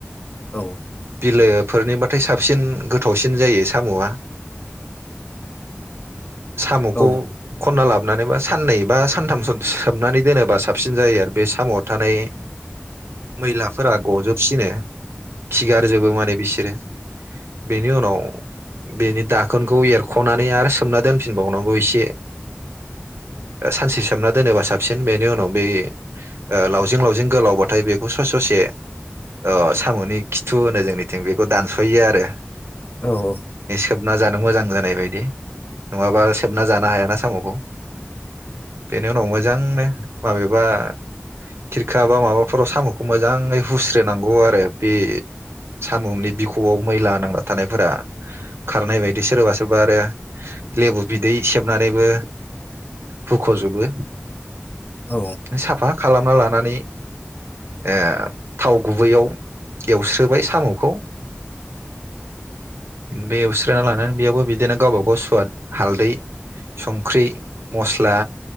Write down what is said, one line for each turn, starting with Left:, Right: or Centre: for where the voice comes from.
Left: औ
Right: बिलोफोरनि बा साबसिन गोथावसिन जायो साम'आ साम'खौ
Left: औ
Right: खनना लाबो हमनानै बा साननै बा सानथामस सोबनानै दोनोबा साबसिन जायो आरो बे साम'आव थानाय मैलाफोरा गजोबसिनो। खिगारजोबो माने बिसि दैलो बेनि उनाव बेनि दाखोनखौ एरख'नानै आरो सोमना दोनफिनबावनांगौ एसे सानसे सोमना दोनोबा साबसिन बेनि उनाव बे ओ लावजिं लावजिं गोलावबाथाय बेखौ ससे ससे ओ साम'नि खिथु होनो जोंनिथिं बेखौ दानस यो आरो।
Left: औ औ
Right: सोबना जानो मोजां जानाय बायदि नङाबा सोबना जानो हायाना साम'खौ बेनि उनाव मोजां जांनो माबेबा खिरखा बा माबाफोराव साम'खौ मोजाङै हुस्रोनांगौ आरो बे साम'नि बिखुं खबआव मैला नांला थानायफोरा खारनाय बायदि सोरबा सोरबा आरो लेबु बिदै सेबनानैबो हुखजोबो।
Left: औ
Right: साफा खालामना लानानै ओ थाव गुबैयाव एवस्रोबाय साम'खौ बे एवस्रोना लानानै बेयावबो बिदिनो गावबा गाव सुवाद हालदै संख्रि मस्ला